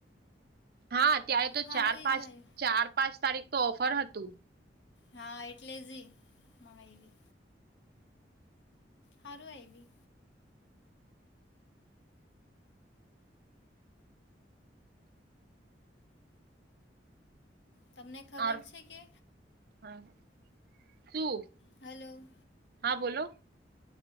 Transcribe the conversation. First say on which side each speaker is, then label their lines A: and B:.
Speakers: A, on the right; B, on the left.
A: હા અત્યારે તો
B: સારું
A: ચાર
B: એ
A: પાંચ
B: જ આવ્યું
A: ચાર પાંચ તારીખ તો ઓફર હતું.
B: હા એટલે જી મંગાવવી. હારું એવી. તમને ખબર
A: ઓર
B: છે કે
A: હા, શું?
B: હાલો.
A: હા બોલો.